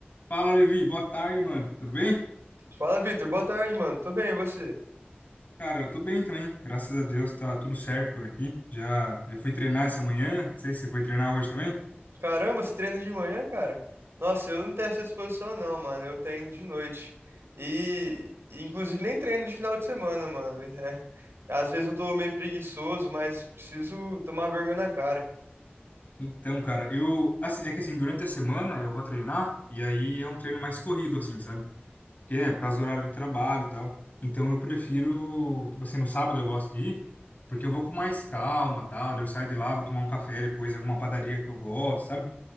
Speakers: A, on the left; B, on the right.
A: Fala, Levi. Boa tarde, mano. Tudo bem?
B: Fala, Vitor. Boa tarde, mano. Tô bem, e você?
A: Cara, eu tô bem também. Graças a Deus tá tudo certo por aqui. Já, já fui treinar essa manhã. Não sei se você foi treinar hoje também.
B: Caramba, você treina de manhã, cara? Nossa, eu não tenho essa disposição, não, mano. Eu treino de noite. E, e, inclusive, nem treino de final de semana, mano. É. Às vezes eu tô meio preguiçoso, mas preciso tomar vergonha na cara.
A: Então, cara, eu. assim, é que assim, durante a semana eu vou treinar e aí é um treino mais corrido, assim, sabe? Porque, né, por causa do horário de trabalho e tal. Então eu prefiro. Tipo assim, no sábado eu gosto de ir, porque eu vou com mais calma e tal. Daí eu saio de lá, vou tomar um café depois em alguma padaria que eu gosto, sabe?